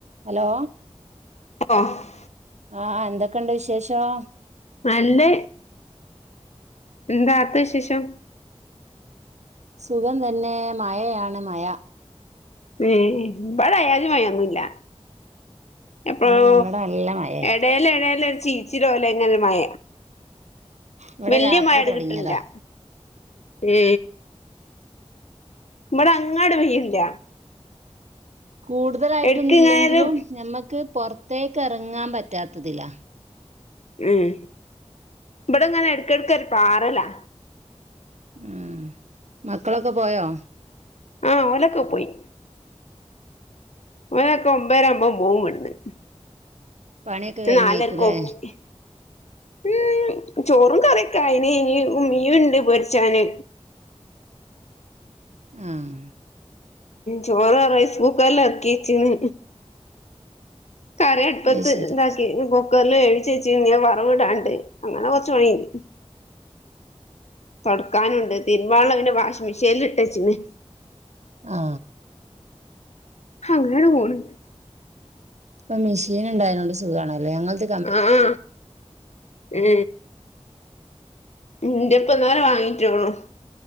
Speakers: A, on the right (about 90°); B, on the left (about 75°).
A: Hello
B: <unintelligible>
A: ആഹ് എന്തൊക്കെണ്ട് വിശേഷം
B: നല്ലേ എന്താട്ത്തേ വിശേഷം
A: സുഖം തന്നെ മഴയാണ് മഴ
B: ഏഹ് ഇബടെ അയാതിമയൊന്നുല്ല എപ്പഴോ
A: ഏ ഇവിടെ നല്ല മഴേ
B: എടേല് എടേലൊര് ചീച്ചിലോലങ്ങനൊര് മഴ
A: ഇവിടെ
B: വല്ല്യ
A: രാത്രി
B: മഴട്
A: തുടങ്ങിയതാ
B: കിട്ട്ണ്ല്ല മ്മ് ഇബടെ അങ്ങനാണ്ട് പെയ്യ്ണ്ല്ല
A: കൂടുതലായിട്ടൊന്നും
B: എടക്ക് ഇങ്ങനെ
A: ഇല്ലെങ്കിലും
B: ഒരു
A: ഞമ്മക്ക് പുറത്തേക്ക് എറങ്ങാൻ പറ്റാത്തതിലാ
B: മ്മ് ഇബടെങ്ങനെ എടക്ക്ടക്കൊര് പാറലാ
A: ഉം മക്കളൊക്കെ പോയോ
B: ആ ഓലൊക്ക പോയി ഓലൊക്കെ ഒമ്പരആകുമ്പ പോവും ഇവുടുന്ന്
A: പണിയൊക്കെ കഴിഞ്ഞേക്കൂലേ
B: നാലരക്ക് ഓക്കി ഉം ചോറും കറിക്കായിന് ഇനി മീനിണ്ട് പൊരിച്ചാന്
A: ഉം
B: ചോറ് റൈസ് കുക്കറില് എറക്കി വെച്ചിന് കറി അട്പ്പത്ത്
A: അത് ശരി
B: ഇണ്ടാക്കി ഇഞ്ഞിപ്പോ കുക്കറിൽ വേവിച്ച് വെച്ച്ന്ഞ്ഞ് അത് വറവ് ഇടാണ്ട് അങ്ങനെ കുറച്ച് പണിണ്ട് തൊടക്കാനുണ്ട് തിര്ബാനൊള്ള പിന്നെ വാഷിംഗ്‌ മെഷീൻൽ ഇട്ടേച്ച്ക്ണ്
A: ആ
B: ഹങ്ങനങ്ങട് പോണ്
A: ഇപ്പ മിഷീന്ണ്ടായോണ്ട് സുഖാണല്ലേ ഞങ്ങൾത്
B: അ ആ ഏ ന്റെ ഇപ്പന്നാൾ വാങ്ങിട്ടൊള്ളു